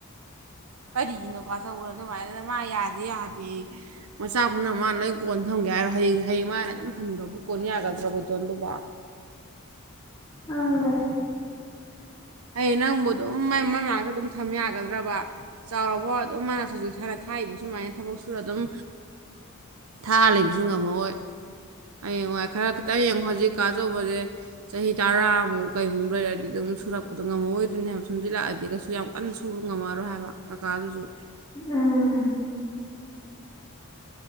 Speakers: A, on the right; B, on the left.
A: ꯐꯩꯔꯤ ꯍꯣ ꯀꯁ ꯎꯔꯅ ꯍꯥꯏꯅ ꯃꯥ ꯌꯥꯗꯦ ꯌꯥꯗꯦ ꯃꯆꯥꯕꯨꯅ ꯃꯥꯅ ꯂꯣꯏ ꯀꯣꯟ ꯊꯝꯒꯦ ꯍꯥꯏꯔꯣ ꯍꯌꯦꯡ ꯍꯌꯦꯡ ꯃꯥꯅ ꯑꯗꯨꯝ ꯍꯅꯨꯔꯕ ꯀꯣꯟ ꯌꯥꯒꯗ꯭ꯔꯥ ꯣꯇꯣꯟꯗꯨꯕ
B: ꯎꯗ <inaudible>
A: ꯑꯩ ꯅꯪꯕꯨ ꯑꯗꯨꯝ ꯃ ꯃꯥꯏ ꯃꯅꯥꯛꯇ ꯑꯗꯨꯝ ꯊꯝ ꯌꯥꯒꯗ꯭ꯔꯕ ꯆꯥꯎꯔꯕ ꯑꯗꯨꯝ ꯃꯥꯅ ꯍꯧꯖꯤꯛꯅ ꯊꯥꯛꯏꯕ ꯁꯨꯃꯥꯏꯅ ꯊꯕꯛ ꯁꯨꯔ ꯑꯗꯨꯝ ꯊꯥ ꯂꯩꯕꯁꯨꯨꯡ ꯉꯝꯃ ꯍꯣꯏ ꯍꯌꯦꯡꯋꯥꯏ ꯈꯔ ꯈꯤꯇꯪ ꯌꯦꯡꯉꯨ ꯍꯧꯖꯤꯛꯀꯥꯗꯧꯕꯁꯦ ꯆꯍꯤ ꯇꯔꯥꯃꯨꯛ ꯀꯩꯃꯨꯛ ꯂꯩꯔꯗꯤ ꯑꯗꯨꯝ ꯁꯨꯔꯛꯄ ꯑꯗꯣ ꯉꯝꯃꯑꯣꯣꯏꯗꯣꯏꯅꯦꯕ ꯁꯨꯝꯝꯖꯤꯜꯂꯛꯑꯗꯤ ꯀꯩꯁꯨ ꯌꯥꯝ ꯀꯟꯅ ꯁꯨꯅꯒ ꯉꯝꯃꯔꯣꯏ ꯍꯥꯏꯕ ꯀꯀꯥꯗꯨꯁꯨ
B: ꯎꯝ